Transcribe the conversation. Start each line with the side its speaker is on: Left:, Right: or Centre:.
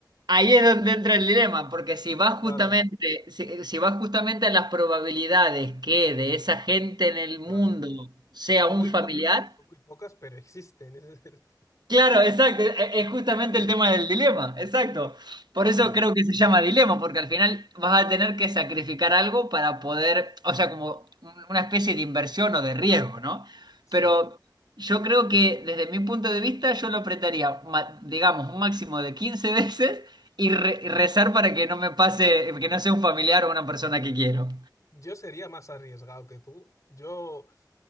Right: ahí es donde entra el dilema, porque si vas
Left: Claro,
Right: justamente, si, si vas justamente a las probabilidades que de esa gente en el mundo
Left: claro.
Right: sea
Left: Son
Right: un
Left: muy
Right: familiar,
Left: pocas, son muy pocas, pero existen. ese es el-
Right: Claro, exacto, e- e, es justamente el tema del dilema, exacto. Por eso
Left: <clears throat> Claro,
Right: creo que se llama dilema, porque al final vas a tener que sacrificar algo para poder, o sea, como un- una especie de inversión o de riesgo, ¿no?
Left: sí.
Right: Pero yo creo que desde mi punto de vista yo lo apretaría, ma- digamos, un máximo de 15 veces y, re- y rezar para que no me pase, que no sea un familiar o una persona que quiero.
Left: Yo sería más arriesgado que tú. Yo